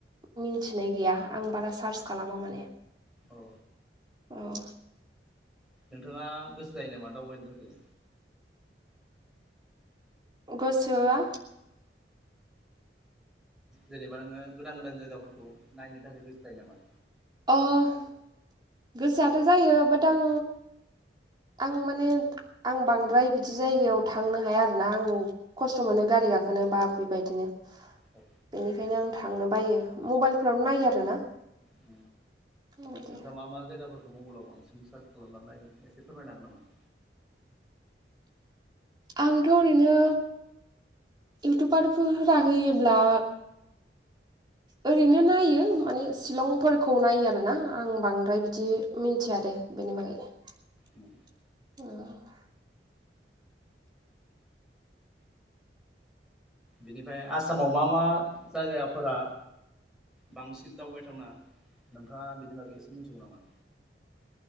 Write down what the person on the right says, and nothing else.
मिनथिनाय गैया आं बारा सार्च खालामा माने
अम
गोसोआ
अह गोसोआथ' जायो बाट आं। आं माने आं बांद्राय बिदि जायगायाव थांनो हाया आरोना आं खस्थ' मोनो गारि गाखोनो बा बेबायदिनो
बेनिखायनो आं थांनो बायो मबाइलफोरावनो नायो आरोना
बेबायदि
आंथ' ओरैनो इउटुबारफोरफोरा होयोब्ला ओरैनो नायो माने शिलंफोरखौ नायो आरोना आं बांद्राय बिदि मिथिया दे बेनि बागै।
<inaudible>